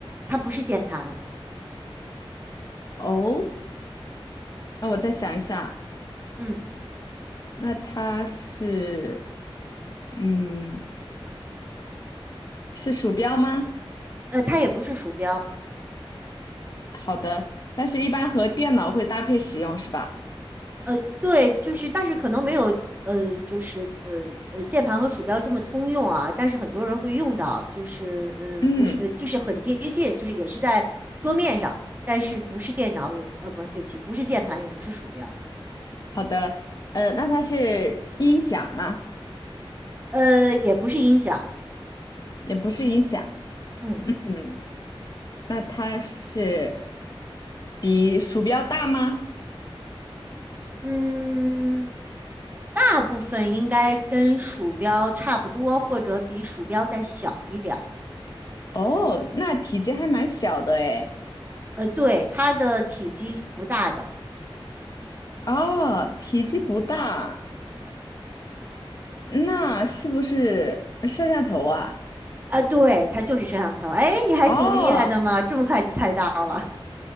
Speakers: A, on the right (about 20°); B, on the left (about 40°).
A: 它不是键盘，
B: 哦，那我再想一下，
A: 嗯，
B: 那它是，嗯，是鼠标吗？
A: 呃，它也不是鼠标，
B: 好的，但是一般和电脑会搭配使用是吧？
A: 呃，对，就是，但是可能没有，呃，就是呃呃，键盘和鼠标这么通用啊，但是很多人会用到，就是呃，
B: 嗯，
A: 不是，呃就是很接近，就是也是在桌面上，但是不是电脑也，呃，不是，对不起，不是键盘，也不是鼠标，
B: 好的，呃，那它是音响吗？
A: 呃，也不是音响，
B: 也不是音响。
A: 嗯
B: 嗯。那它是比鼠标大吗？
A: 嗯，大部分应该跟鼠标差不多，或者比鼠标再小一点儿，
B: 哦，那体积还蛮小的诶。
A: 呃，对，它的体积不大的。
B: 哦，体积不大，那是不是摄像头啊？
A: 啊，对，它就是摄像头。哎，你还挺厉害的嘛，
B: 哦，
A: 这么快就猜到了。